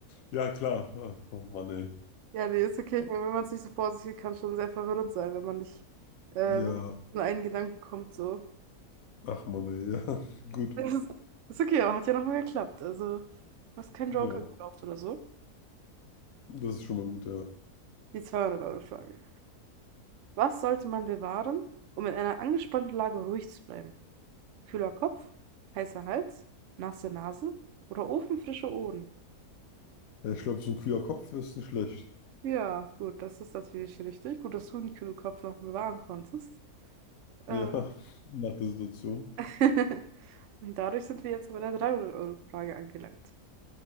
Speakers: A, on the left; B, on the right.
A: Ja, klar. Ach, Oh Mann, ey.
B: Ja, nee, ist okay. Ich meine, wenn man es nicht so vor sich sieht, kann es schon sehr verwirrend sein, wenn man nicht äh,
A: Ja,
B: wirklich in einen Gedanken kommt, so. <laughs>
A: ach Mann, ey. Ja, <laughs> gut.
B: Das ist, ist okay, aber hat ja nochmal geklappt. Also, du hast keinen
A: Ja,
B: Joker gebraucht oder so.
A: das ist schon mal gut, ja.
B: Die 200-Euro-Frage. Was sollte man bewahren, um in einer angespannten Lage ruhig zu bleiben? Kühler Kopf, heißer Hals, nasse Nase oder ofenfrische Ohren?
A: Ja, ich glaube, so ein kühler Kopf ist nicht schlecht.
B: Ja, gut, das ist natürlich richtig. Gut, dass du den kühlen Kopf noch bewahren konntest. Äh,
A: Ja, <laughs> nach der Situation.
B: <laughs> Und dadurch sind wir jetzt bei der 300-Euro-Frage angelangt.